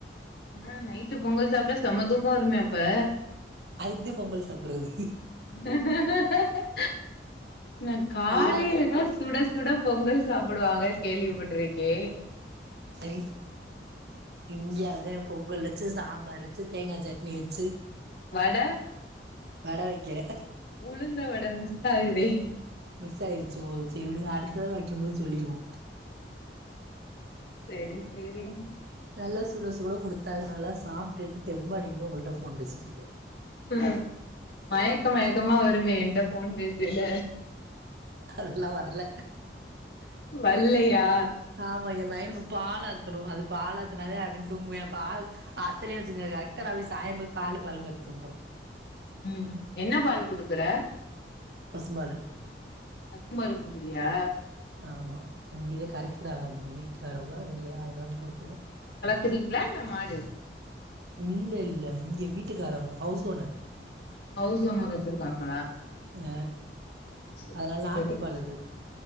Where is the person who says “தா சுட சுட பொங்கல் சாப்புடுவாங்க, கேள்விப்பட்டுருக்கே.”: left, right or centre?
Left